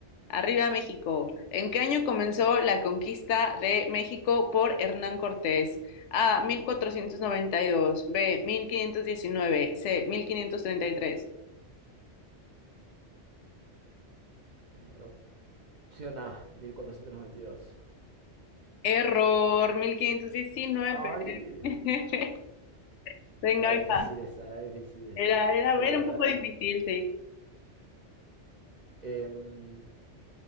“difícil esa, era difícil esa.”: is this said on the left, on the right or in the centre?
Right